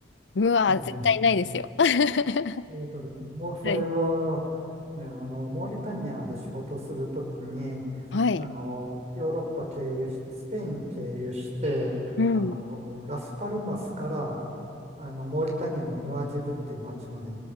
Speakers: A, on the left; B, on the right.
A: うわー、
B: ええ
A: 絶対ないですよ。<laughs> は
B: えっとね、もうそれは、
A: い。
B: ね、あの、モーリタニアで仕事するときに、
A: はい。
B: あの、ヨーロッパ経由し、スペイン経由して、
A: うん。
B: あの、ラスパルマスから、あの、モーリタニアのヌアジブっていう町まで